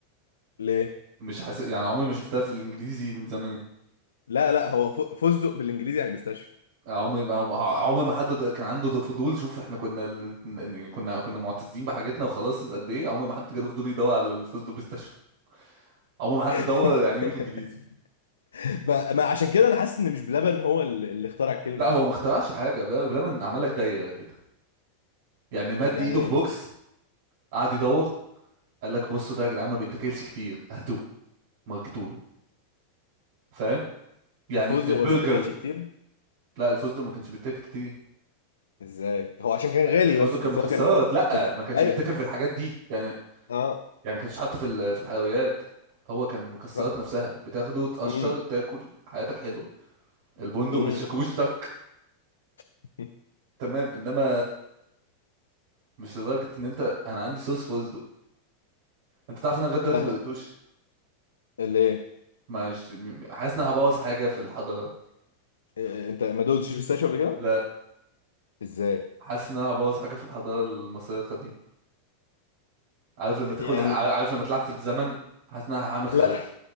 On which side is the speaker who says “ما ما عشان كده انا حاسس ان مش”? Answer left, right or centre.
Left